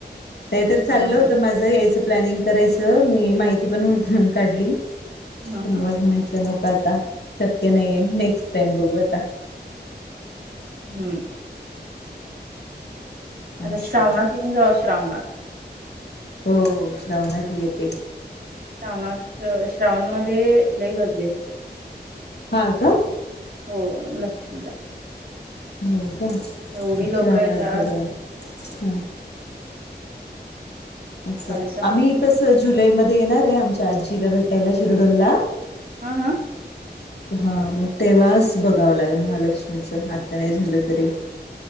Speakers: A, on the left; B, on the right.
A: ते तर चाललं
B: हा हा
A: होतं माझं हेच प्लॅनींग करायं मी माहिती पण काढली
B: हा
A: मग
B: हा
A: म्हटल न आता शक्य नाहीेये नेक्स्ट टाइम बघू आता
B: हम्म आता
A: असं
B: श्रावणात येऊन जावा श्रावणात
A: हो श्रवणात येते
B: श्रावणात श्रावण मधे लय गर्दी असते
A: हा का
B: हो लक्ष्मीला
A: हो ह
B: एवढी लोक
A: श्रावनात
B: येतात
A: डब हम अच्छा
B: काय सांग
A: आम्ही तसज जुलै मध्ये येणार आहे आमच्या आजीला भेटायला शिरडोनला
B: हा हा
A: हा मग तेव्हाच बघावं लागेल महालक्ष्मीच आत्ता नाही झालं तरी